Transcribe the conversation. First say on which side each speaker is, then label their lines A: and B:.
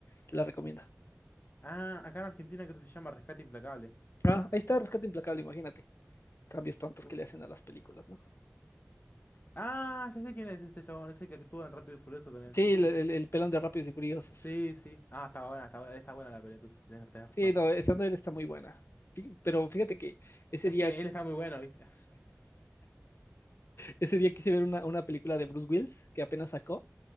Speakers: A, on the left; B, on the left.
A: Te la recomiendo.
B: Ah, acá en Argentina creo que se llama Rescate Implacable.
A: Ah, ahí está Rescate Implacable, imagínate. Cambios tontos
B: Uf.
A: que le hacen a las películas, ¿no?
B: Ah, ya sé quién es este chabón, ese que actúa en Rápido y Furioso también.
A: Sí,
B: Sí,
A: el,
B: sí,
A: el-
B: sí, sí.
A: el pelón de Rápidos y Furiosos.
B: Sí, sí. Ah, está buena, está buena, está buena la peli, entonces tenés, tenés
A: Sí,
B: razón.
A: no, esta de él está muy buena. Fí- Pero fíjate que ese
B: Es
A: día,
B: que él está muy bueno, ¿viste? <laughs>
A: ese día quise ver una, una película de Bruce Willis que apenas sacó